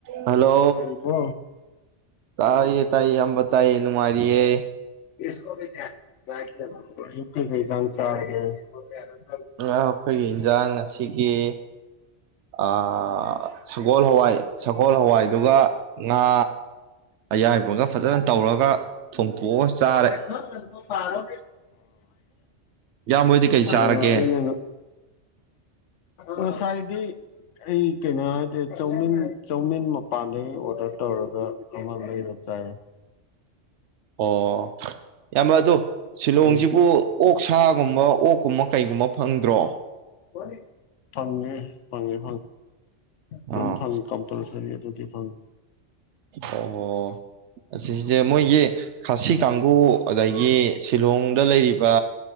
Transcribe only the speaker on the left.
ꯏꯕꯣ
<unintelligible>
<unintelligible> ꯑꯣ
ꯑꯗꯣ
ꯑꯩꯅ ꯉꯁꯥꯏꯗꯤ ꯑꯩ ꯀꯩꯅꯣ ꯍꯥꯏꯗꯤ ꯆꯧꯃꯤꯟ ꯆꯧꯃꯤꯟ ꯃꯄꯥꯟꯗꯒꯤ ꯑꯣꯔꯗꯔ ꯇꯧꯔꯒ ꯑꯃ ꯂꯩꯩꯔ ꯆꯥꯏ
ꯑꯩ
ꯐꯪꯉꯦ ꯐꯪꯉꯦ ꯐꯪꯉꯤ ꯑꯗꯨꯝ
ꯐꯪ ꯀꯝꯄꯜꯁꯔꯤ ꯑꯗꯨꯗꯤ ꯏꯐꯪ